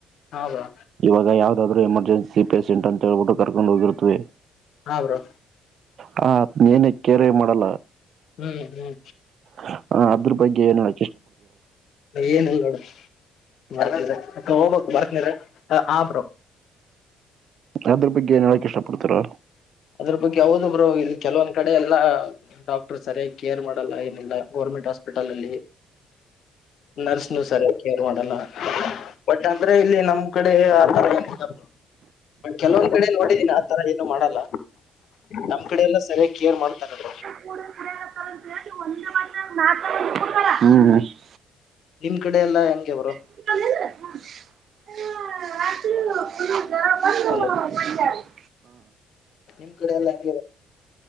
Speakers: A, on the left; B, on the right.
A: ಹೌದಾ.
B: ಇವಾಗ ಯಾವ್ದಾದ್ರು ಎಮರ್ಜನ್ಸಿ ಪೇಷೆಂಟ್ ಅಂತ ಹೇಳ್ಬಿಟ್ಟು ಕರ್ಕೊಂಡ್ ಹೋಗಿರ್ತವಿ.
A: ಹಾ ಬ್ರೋ.
B: ಹ ಏನ ಕೇರೆ ಮಾಡಲ್ಲ.
A: ಹ್ಮ್ ಹ್ಮ್
B: ಹ ಅದ್ರು ಬಗ್ಗೆ ಏನ್ <unintelligible>
A: ಏನಿಲ್ಲ ನೋಡು ಬರ್ತನ್ರ ಅ ಹೋಗಬು ಬರ್ತನ್ರ ಇರು ಹಾ ಬ್ರೋ.
B: ಅದ್ರ ಬಗ್ಗೆ ಏನ್ ಹೇಳಕ್ ಇಷ್ಟ ಪಡ್ತೀರಾ.
A: ಅದ್ರ ಬಗ್ಗೆ ಹೌದು ಬ್ರೋ ಇಲ್ಲಿ ಕೆಲವೊಂದ್ ಕಡೆ ಎಲ್ಲಾ. ಡಾಕ್ಟರ್ ಸರಿಯಾಗಿ ಕೇರ್ ಮಾಡಲ್ಲ ಏನಿಲ್ಲಾ ಗೌರ್ಮೆಂಟ್ ಹಾಸ್ಪಿಟಲ್ ಅಲ್ಲಿ. ನರ್ಸ್ನು ಸರಿಯಾಗಿ ಕೇರ್ ಮಾಡಲ್ಲ. ಬಟ್ ಅಂದ್ರೆ ಇಲ್ಲಿ ನಮ್ ಕಡೆ ಆ ತರ ಎನ್ ಇಲ್ಲ ಬ್ರೋ. ಬಟ್ ಕೆಲವೊಂದ್ ಕಡೆ ನೋಡಿದೀನಿ ಆ ತರ ಏನನು ಮಾಡಲ್ಲ ನಮ್ ಕಡೆ ಎಲ್ಲ ಸರಿಯಾಗಿ ಕೇರ್ ಮಾಡ್ತಾರ.
B: <unintelligible>
A: ನಿಮ್ ಕಡೆ ಎಲ್ಲಾ ಹೆಂಗೆ ಬ್ರೋ.
B: <unintelligible> <unintelligible>
A: ಹಲೋ ನಿಮ್ ಕಡೆ ಎಲ್ಲ ಹೆಂಗೆ ಬ್ರೋ.